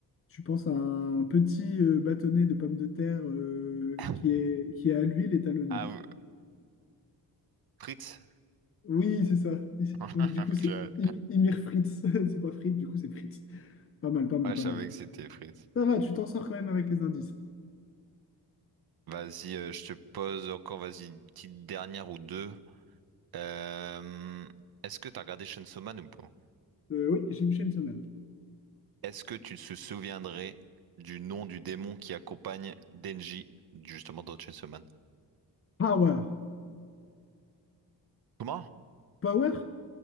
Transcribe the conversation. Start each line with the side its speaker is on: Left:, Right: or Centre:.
Left: Tu penses à un petit euh, bâtonnet de pommes de terre euh,
Right: <laughs>
Left: qui est, qui est à l'huile et t'as le nom.
Right: Ah, ou- Fritz?
Left: Oui, c'est ça.
Right: <laughs>
Left: Donc, du coup, c'est
Right: Purée.
Left: Im- Imir Fritz. <laughs> C'est pas Fritz, du coup, c'est Fritz. Pas mal, pas mal,
Right: Ouais,
Left: pas
Right: je savais
Left: mal.
Right: que c'était Fritz.
Left: Ça va, tu t'en sors quand même avec les indices.
Right: Vas-y, euh, je te pose encore, vas-y, une petite dernière ou deux. Euh, Est-ce que t'as regardé Chainsaw Man ou pas?
Left: Euh, oui, j'ai Michel Semaine.
Right: Est-ce que tu te souviendrais du nom du démon qui accompagne Denji, justement dans Chainsaw Man?
Left: Power.
Right: Comment?
Left: Power?